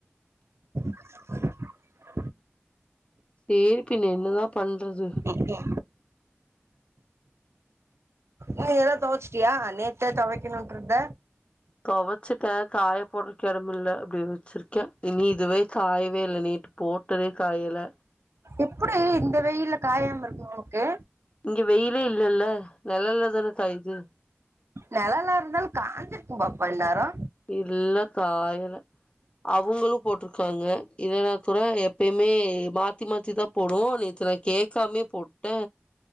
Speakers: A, on the right; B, on the left.
A: <inaudible>
B: சேரிப்பின்ன என்னதா பண்றது
A: இருக்யா அ எல்லா துவச்சிட்டியா நேத்தே துவைக்கணுன்றத
B: துவச்சட்டே காய போடுக இடமில்ல அப்டி வச்சிருக்கே எ ங்க இதுவே காயவே இல்ல நைட்டு போட்டதே காயல
A: எப்டி இந்த வெயில காயாம இருக்கு உன்க்கு
B: இங்க வெயிலே இல்லல்ல நிழலல்ல தானே காயுது
A: நிழல்லா இருந்தாலு காஞ்சுர்க்கும் பாப்பா இன்நேரோ
B: இல்ல காயல அவுங்களு போட்டுருக்காங்க இதனாத்துட எப்பயுமே மாத்தி மாத்தி தாப் போடுவோ நேத்து நா கேட்காமயே போட்டே